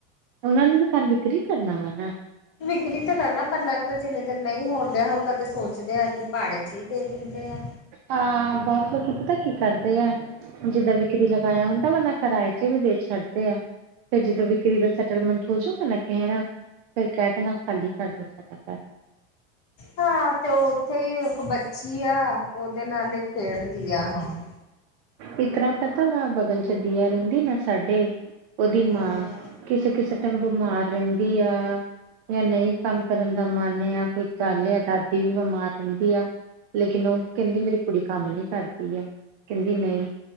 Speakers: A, on the right; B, on the left.
A: ਉਹਨਾਂ ਨੇ ਤਾਂ ਘਰ ਵਿਕਰੀ ਕਰਨਾ ਵਾ ਨਾ।
B: ਵਿਕਰੀ ਤਾਂ ਕਰਨਾ ਪਰ ਲੱਗਦਾ ਜਿੰਨੇ ਦਿਨ ਨਹੀਂ ਹੋਣ ਡਿਹਾ ਹੋਊਗਾ ਤੇ ਸੋਚਦੇ ਆ ਕਿ ਪਾੜੇ 'ਚ ਹੀ ਦੇ ਦਿੰਦੇ ਆ।
A: ਹਾਂ ਬੋਤ ਲੋਕੀ ਪਤਾਂ ਕੀ ਕਰਦੇ ਆ ਜਿੱਦਾਂ ਵਿਕਰੀ ਲਗਾਇਆ ਹੁੰਦਾ ਵਰਨਾ ਕਿਰਾਏ ਤੇ ਵੀ ਦੇ ਛੱਡਦੇ ਆ। ਫਿਰ ਜਦੋਂ ਵਿਕਰੀ ਦਾ ਸੈਟਲਮੈਂਟ ਹੋ ਜਾਊਗਾ ਨਾ ਕੈਂਣਾ ਫਿਰ ਕਹਿ ਦੇਣਾ। ਖਾਲੀ ਕਰ ਦੋ ਸਾਡਾ
B: ਹਾਂ ਤੇ ਓ ਉੱਥੇ ਇੱਕ ਬੱਚੀ ਆ ਉਹਦੇ ਨਾਲ ਹੀ ਖੇਡਦੀ ਆ ਹੁਣ
A: ਇਸ ਤਰਾ ਪਤਾ ਵਾ ਬਗਲ 'ਚ ਦੀਆ ਰੈਂਦੀ ਨਾ ਸਾਡੇ ਉਹਦੀ ਮਾਂ
B: ਹੂੰ
A: ਕਿਸੇ-ਕਿਸੇ ਟੈਮ ਬਿਮਾਰ ਰੈਂਦੀ ਆ। ਨਈ ਕੰਮ ਕਰਨ ਦਾ ਮਨ ਆ ਜਾਂ ਕੋਈ ਗੱਲ ਆ ਦਾਦੀ ਵੀ ਬਿਮਾਰ ਰੈਂਦੀ ਆ। ਲੇਕਿਨ ਓ ਕੈਂਦੀ ਮੇਰੀ ਕੁੜੀ ਕੰਮ ਨਈ ਕਰਦੀ ਆ ਕੈਂਦੀ ਮੈਂ ਈ।